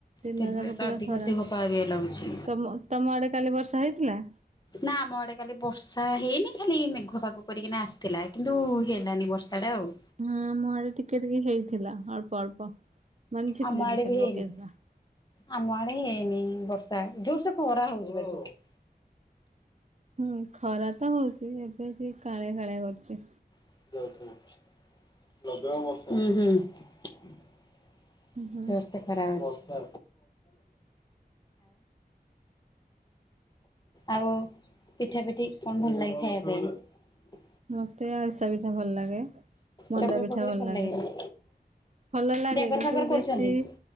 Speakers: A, on the right; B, on the left.
A: ଦିନ
B: ଟେମ୍ପରେଚର
A: ଯାକ ପୁରା
B: ଅଧିକ
A: ଖରା
B: ଦେହ ପା ବିଏ ଲାଗୁଛି।
A: ତମ ତମ ଆଡେ କାଲି ବର୍ଷା ହେଇଥିଲା।
B: ନା ଆମ ଆଡେ ଖାଲି ବର୍ଷା ହେଇନି ଖାଲି ମେଘ ଫାଗ କରିକିନା ଆସିଥିଲା। କିନ୍ତୁ ହେଲାନି ବର୍ଷା ଟା ଆଉ।
A: ହଁ ଆମ ଆଡେ ଟିକେ ଟିକେ ହେଇଥିଲା ଅଳ୍ପ ଅଳ୍ପ ମାନେ ଝିପି
B: ଆମ
A: ଝିପି
B: ଆଡେ
A: ଖାଲି
B: ବି ହେଇନି
A: ପକେଇଥିଲା।
B: ଆମ ଆଡେ ହେଇନି ବର୍ଷା ଜୋରସ କ ହରା ହଉଛି।
A: ହୁଁ ଖରା ତ ହଉଛି ଏବେ କି କାଳିଆ କାଳିଆ କରୁଛି।
B: ଉଁ ହୁଁ।
A: ହୁଁ
B: ଜୋର ସେ ଖରା ଆଉଛି। ଆଉ ପିଠା ପିଠି କଣ ଭଲ ଲାଗେ ଖାଇବା ପାଇଁ।
A: ମତେ ଆଳିସା ପିଠା ଭଲ ଲାଗେ ମଣ୍ଡା
B: ଚକୁଳି
A: ପିଠା
B: ଫକୁଳି
A: ଭଲ ଲାଗେ।
B: ଲାଗେନି
A: ଭଲ ଲାଗେ
B: ଜାଗର
A: କିନ୍ତୁ
B: ଫାଗର କରୁଛନ୍ତି?
A: ବେଶୀ